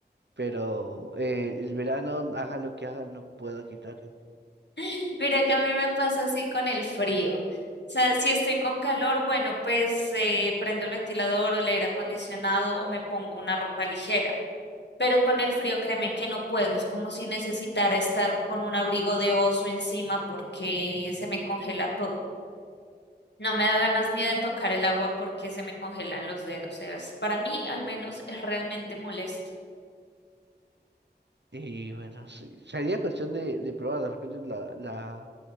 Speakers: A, on the right; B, on the left.
A: Pero eh, el verano, haga lo que haga, no puedo quitar.
B: <laughs> Mira que a mí me pasa así con el frío. O sea, si estoy con calor, bueno, pues eh, prendo el ventilador o el aire acondicionado o me pongo una ropa ligera. Pero con el frío, créeme que no puedo. Es como si necesitara estar con un abrigo de oso encima porque se me congela todo. No me da ganas ni de tocar el agua porque se me congelan los dedos. Es- para mí, al menos, es realmente molesto.
A: Y bueno, sí, sería cuestión de, de probar, de repente la, la,